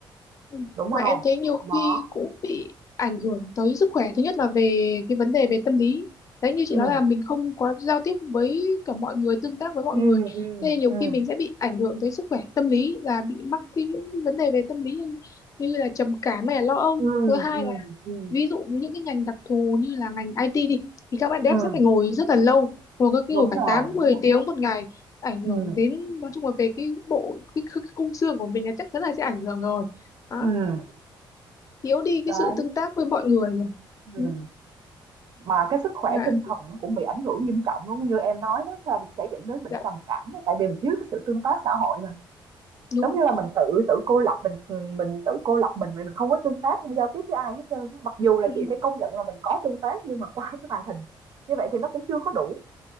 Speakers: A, on the left; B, on the right.
A: Ừ.
B: đúng
A: Mà
B: không
A: em thấy nhiều
B: đó
A: khi cũng bị ảnh hưởng tới sức khỏe. Thứ nhất là về cái vấn đề về tâm lý. Đấy như chị
B: ừ
A: nói là mình không có giao tiếp với cả mọi người, tương tác với mọi
B: ừ
A: người.
B: ừ
A: Nên nhiều
B: ừ
A: khi mình sẽ bị ảnh hưởng tới sức khỏe tâm lý là bị mắc cái những vấn đề về tâm lý như, như là trầm cảm hay là lo âu.
B: ừ
A: Thứ hai
B: ừ
A: là
B: ừ
A: ví dụ những cái ngành đặc thù như là ngành IT đi thì các bạn dev
B: ừ.
A: sẽ phải ngồi rất là lâu, ngồi có khi
B: đúng
A: ngồi cả
B: rồi
A: 8
B: đúng
A: 10
B: rồi
A: tiếng một ngày ảnh
B: ừ
A: hưởng đến nói chung là về cái bộ cái khung xương của mình là chắc chắn là sẽ ảnh hưởng rồi. đó
B: ừ
A: thiếu đi
B: đấy
A: cái sự tương tác với mọi người rồi
B: ừ
A: ừ.
B: mà cái sức khỏe
A: mà
B: tinh thần cũng bị ảnh hưởng nghiêm trọng luôn như em nói đó là sẽ dẫn đến bệnh
A: dạ
B: trầm cảm tại vì mình thiếu cái sự tương tác xã hội mà
A: đúng
B: giống
A: rồi
B: như là mình tự tự cô lập mình mình tự cô lập mình mình không có tương tác không giao tiếp với ai hết trơn mặc dù là
A: Ừ.
B: chị phải công nhận là mình có tương tác nhưng mà qua cái màn hình như vậy thì nó cũng chưa có đủ